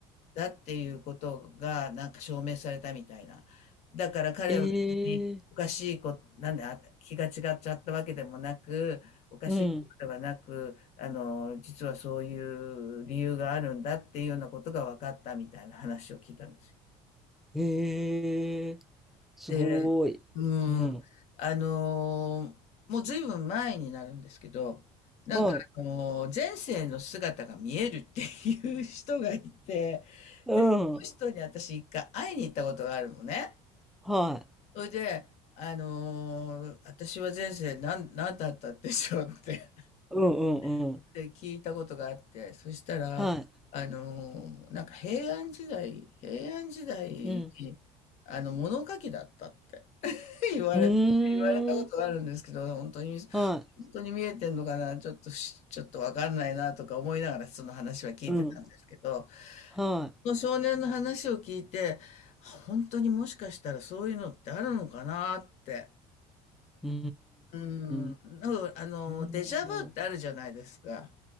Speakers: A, on the left; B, in the centre.
A: だっていうことがなんか証明されたみたいな。だから彼は別におかしいこと、
B: ええ
A: なんだ、気が違っちゃったわけでもなく、おかしいことではなく、
B: うん。
A: あの、実はそういう理由があるんだっていうようなことが分かったみたいな話を聞いたんですよ。
B: ええすごい。
A: で、うん、
B: うん。
A: あの、もうずいぶん前になるんですけど、なんかあの、
B: はい。
A: 前世の姿が見えるっていう人がいて、
B: うん。
A: で、その人に私一回会いに行ったことがあるのね。
B: はい。
A: それで、あの、私は前世なんなんだったんでしょうって
B: うんうんうん。
A: <laughs> で、聞いたことがあって、そしたら、
B: はい。
A: あの、なんか平安時代平安時代に、
B: うん。
A: あの、物書きだったって。言われ、
B: うーん。
A: 言われたことがあるんですけど、本当に、本
B: はい。
A: 当に見えてんのかな、ちょっとし、ちょっとわかんないなとか思いながらその話は聞いてたんですけど、
B: うん。はい。
A: その少年の話を聞いて、本当にもしかしたらそういうのってあるのかなって。
B: うー
A: うん。
B: ん。ど
A: なんかあの、
B: うなんだろう。
A: デジャブってあるじゃないですか。